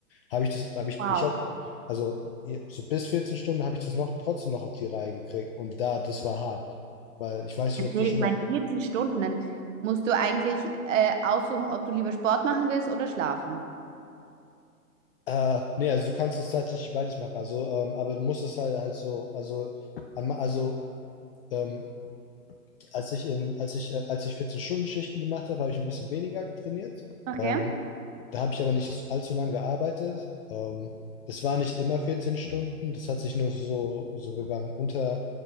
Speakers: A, on the left; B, on the right.
A: habe ich das, habe ich,
B: Wow.
A: ich habe, also je- so bis 14 Stunden habe ich das noch trotzdem noch auf die Reihe gekriegt. Und da, das war hart. Weil ich weiß nicht,
B: Natürlich,
A: ob du schon
B: ich meine,
A: mal,
B: 14 Stunden, dann musst du eigentlich äh, aussuchen, ob du lieber Sport machen willst oder schlafen.
A: äh, nee, also du kannst es tatsächlich beides machen. Also, ähm, aber du musst es halt, halt so, also, am- also, ähm, als ich in, als ich, äh, als ich 14-Stunden-Schichten gemacht habe, habe ich ein bisschen weniger trainiert.
B: Okay.
A: Ähm, da habe ich aber nicht allzu lange gearbeitet. Ähm, das war nicht immer 14 Stunden. Das hat sich nur so, so wir waren unter,